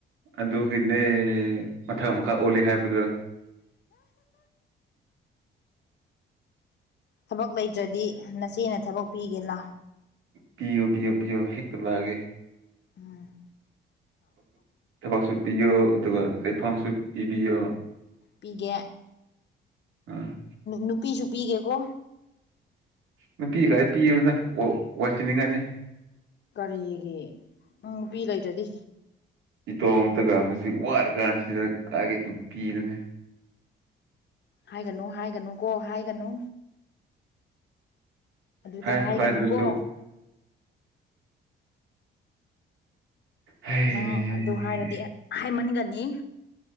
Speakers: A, on the right; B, on the left.
A: ꯑꯗꯨꯒꯤꯅꯦ ꯃꯊꯛ ꯃꯈꯥ ꯑꯣꯜꯂꯤ ꯍꯥꯏꯕꯗꯨꯗ
B: ꯊꯕꯛ ꯂꯩꯇ꯭ꯔꯗꯤ ꯅꯆꯦꯅ ꯊꯕꯛ ꯄꯤꯒꯦ ꯂꯥ
A: ꯄꯤꯌꯣ ꯄꯤꯌꯣ ꯄꯤꯌꯣ ꯍꯦꯛꯇ ꯂꯥꯛꯑꯒꯦ
B: ꯎꯝ
A: ꯊꯕꯛꯁꯨ ꯄꯤꯌꯣ ꯑꯗꯨꯒ ꯂꯩꯐꯝꯁꯨ ꯄꯤꯕꯤꯌꯣ
B: ꯄꯤꯒꯦ
A: ꯎꯝ
B: ꯅꯨꯄꯤꯁꯨ ꯄꯤꯒꯦꯀꯣ
A: ꯅꯨꯄꯤꯒꯥꯏ ꯄꯤꯔꯨꯗ ꯋꯥꯏꯁꯤꯤꯟꯅꯤꯡꯉꯅꯤ
B: ꯀꯔꯤꯒꯤ ꯅꯨꯄꯤ ꯂꯩꯇꯗꯤ
A: ꯏꯇꯣꯝ ꯑꯝꯇꯒ ꯍꯧꯖꯤꯛ ꯋꯥꯔꯀꯥꯟꯁꯤꯗꯅ ꯀꯥꯒꯦ ꯑꯗꯨꯝ ꯄꯤꯗꯃꯦ
B: ꯍꯥꯏꯒꯅꯨ ꯍꯥꯏꯒꯅꯨ ꯀꯣ ꯍꯥꯏꯒꯅꯨ ꯑꯗꯨꯗꯤ
A: ꯍꯥꯏꯔꯁꯨ
B: ꯍꯥꯏꯒꯅꯨꯀꯣ
A: ꯍꯥꯏꯗ꯭ꯔꯁꯨ ꯍꯩ
B: ꯅꯪ ꯑꯗꯨ ꯍꯥꯏꯔꯗꯤ ꯍꯥꯏꯃꯟꯒꯅꯤ